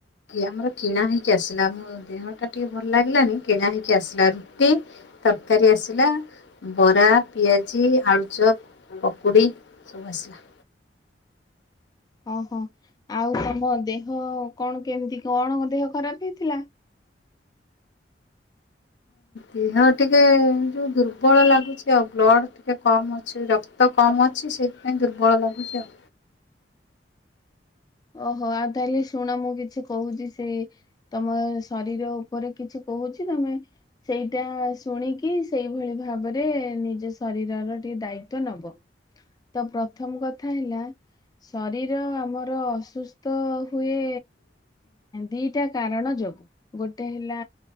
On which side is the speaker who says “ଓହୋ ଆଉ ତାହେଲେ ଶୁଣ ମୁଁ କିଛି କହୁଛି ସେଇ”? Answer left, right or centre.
Left